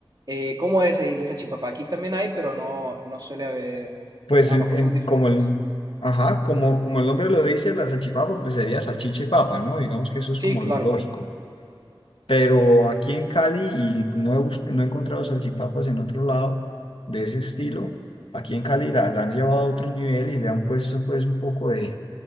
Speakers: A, on the right (about 45°); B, on the left (about 75°).
A: Eh, ¿cómo es ahí la salchipapa? Aquí también hay, pero no, no suele haber.
B: Pues
A: A lo
B: en-
A: mejor
B: en-
A: son diferentes.
B: como el, ajá, como, como el nombre lo dice, la salchipapa, pues sería salchicha y papa, ¿no? Digamos que eso es
A: Sí,
B: como
A: claro.
B: lo lógico. Pero aquí en Cali, y no he, bus- no he encontrado salchipapas en otro lado de ese estilo, aquí en Cali la, la han llevado a otro nivel y le han puesto pues un poco de,